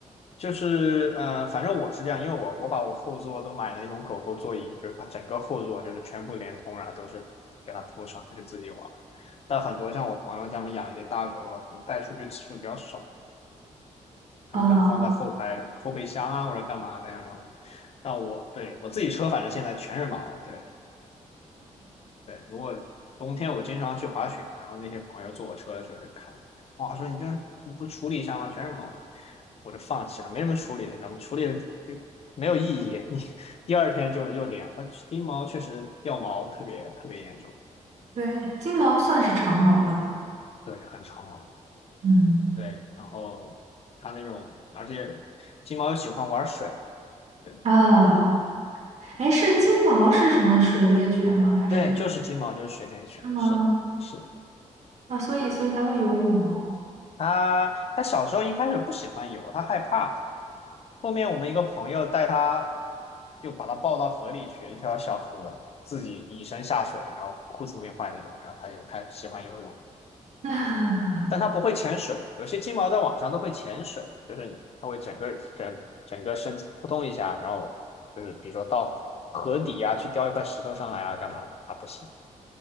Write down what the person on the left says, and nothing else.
就是呃，反正我是这样，因为我我把我后座都买那种狗狗座椅，就是把整个后座就是全部连通，然后都是给它铺上，它就自己玩儿但很多像我朋友他们养一些大狗的话，就带出去次数比较少，他们可能放在后排后备箱啊或者干嘛的呀。
然后，那我对我自己车反正现在全是毛，对。对，如果冬天我经常去滑雪嘛，然后那些朋友坐我车的时候就看，哇，说你就是你不处理一下吗？全是毛绒我就放弃了，没什么处理的，你知道吗？处理的就没有意义，你 <laughs> 第二天就是又这样。它金毛确实掉毛特别特别严重，
对，很长毛，
对，然后它那种，而且金毛又喜欢玩水，对
对，就是金毛就是水那个犬，
是的，是的，
它它小时候一开始不喜欢游，它害怕。后面我们一个朋友带他，就把他抱到河里去，一条小河，自己以身下水，然后裤子都没换那种，然后他就开始喜欢游泳，
但他不会潜水，有些金毛在网上都会潜水，就是他会整个整整个身体扑通一下，然后就是比如说到河底啊去叼一块石头上来啊干嘛的，他不行，